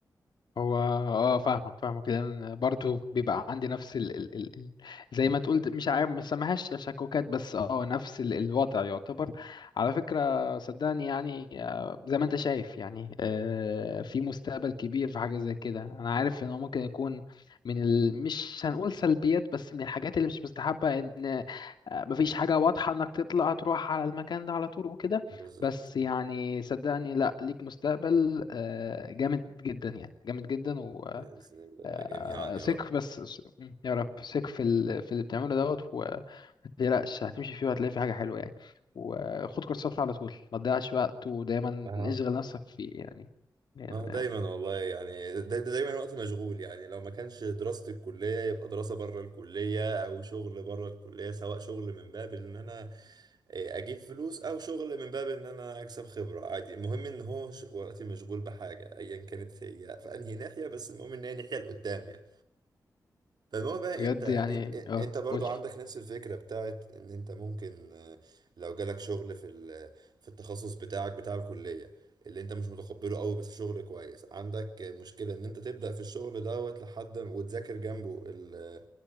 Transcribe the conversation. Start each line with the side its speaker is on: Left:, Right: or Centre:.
Left: هو اه فاهمك فاهمك لان برضو بيبقى عندي نفس ال... ال... ال... ال... زي ما تقول مش عارف ما سميهاش تشككات بس اه نفس ال... الوضع يعتبر على فكرة صدقني يعني آه، زي ما انت شايف يعني آه، في مستقبل كبير في حاجة زي كده انا عارف ان هو ممكن يكون من ال... مش هنقول سلبيات بس من الحاجات اللي مش مستحبة ان آه، مفيش حاجة واضحة انك تطلع تروح على المكان ده على طول وكده
Right: بالظبط
Left: بس يعني صدقني لا ليك مستقبل آه، جامد جدا يعني جامد جدا
Right: بإذن
Left: وثق
Right: الله جميعا يا رب
Left: بس س- مم، يا رب ثق في ال... في اللي بتعمله دوت وما تقلقش هتمشي فيه وهتلاقي فيه حاجة حلوة يعني وخد كورسات على طول ما تضيعش وقت ودايما
Right: بإذن-
Left: اشغل نفسك فيه يعني لأن
Right: اه دايما والله يعني دا- دا- دايما وقت مشغول يعني لو ما كانش دراسة الكلية يبقى دراسة بره الكلية او شغل بره الكلية سواء شغل من باب ان انا إيه، اجيب فلوس او شغل من باب ان انا اكسب خبرة عادي المهم ان هو ش- وقتي مشغول بحاجة ايا كانت هي في انهي ناحية بس المهم ان هي ناحية لقدام يعني فالمهم
Left: يعني
Right: بقى
Left: بجد
Right: انت انت
Left: يعني
Right: انت
Left: اه
Right: برضو
Left: قولي
Right: عندك نفس الفكرة بتاعت ان انت ممكن آه، لو جالك شغل في ال- في التخصص بتاعك بتاع الكلية اللي انت مش متقبله قوي بس شغل كويس عندك آه، مشكلة ان انت تبدأ في الشغل دوت لحد ما- وتذاكر جنبه ال- آه،